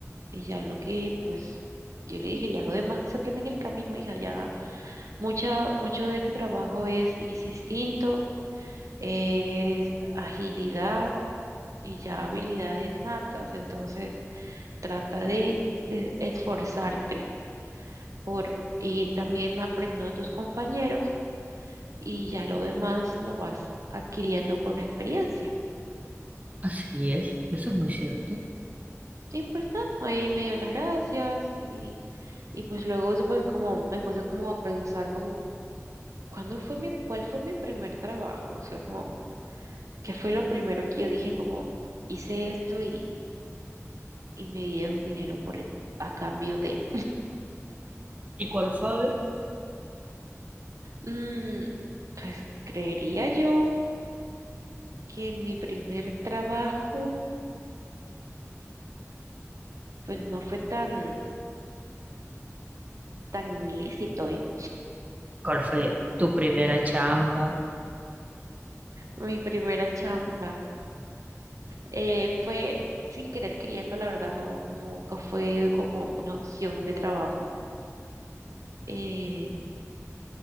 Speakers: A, on the right; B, on the right.
A: y ya lo que, pues, yo le dije, ya lo demás se aprende en el camino, hija, ya mucha, mucho de este trabajo es es instinto, es agilidad y ya habilidades natas, entonces trata de, de esforzarte por ir también aprendiendo de tus compañeros y ya lo demás lo vas adquiriendo con experiencia.
B: así es, eso es muy cierto.
A: Sí, pues no, ahí me dio las gracias y, y pues luego eso pues como me puse como a pensar como, ¿cuándo fue mi, cuál fue mi primer trabajo? O sea, como, ¿qué fue lo primero que yo dije como, hice esto y, y me dieron dinero por, a cambio de...
B: ¿Y cuál fue? A ver.
A: Mm, pues creería yo que mi primer trabajo pues no fue tan, tan lícito, ¿eh?
B: ¿Cuál fue tu primera chamba?
A: Mi primera chamba. Eh, fue sin querer queriendo, la verdad, no, nunca fue como una opción de trabajo. eh,